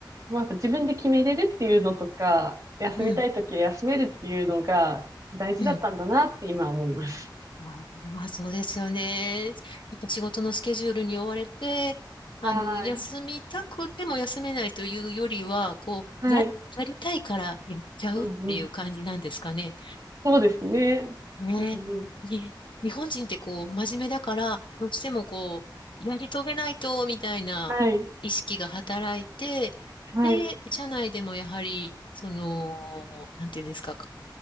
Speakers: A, on the right; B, on the left.
A: まあ、自分で決めれるっていうのとか、休みたいときは休めるっていうのが大事だったんだなって今思います。
B: うん、うん。ああ、そうですよね。やっぱ仕事のスケジュールに追われて、
A: はい。
B: あの、休みたくても休めないというよりは、こう、
A: はい。
B: や、やりたいからやっちゃうっていう感じなんですかね。
A: うんうん。そうですね。
B: ねえ。
A: うんうん。
B: <laughs> ね、日本人ってこう、真面目だから、どうしてもこう、やり遂げないと、みたいな意識が働いて、
A: はい。はい。
B: で、社内でもやはり、その、なんていうんですか、